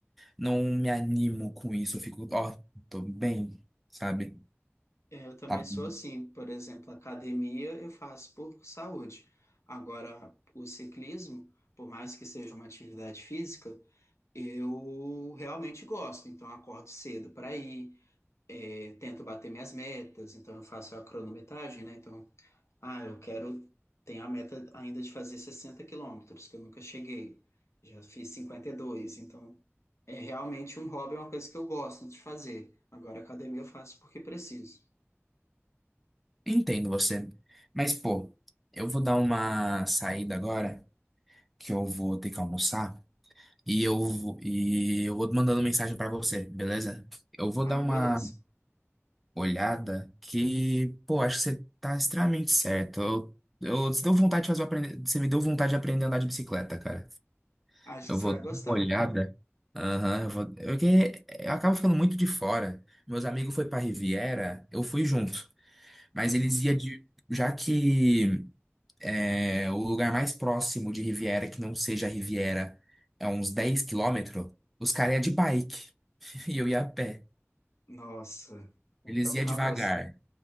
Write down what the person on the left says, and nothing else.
É, eu também
sou
assim. Por exemplo, academia eu faço por saúde. Agora, o ciclismo, por mais que seja uma atividade física, eu realmente gosto. Então, eu acordo cedo para ir, é, tento bater minhas metas. Então, eu faço a cronometragem, né? Então, Ah, eu quero. Tenho a meta ainda de fazer 60 quilômetros, que eu nunca cheguei. Já fiz 52, então é realmente um hobby, é uma coisa que eu gosto de fazer. Agora, academia eu faço porque preciso.
Ah,
beleza.
Acho
que você
vai gostar.
Uhum.
Nossa, então
acabou.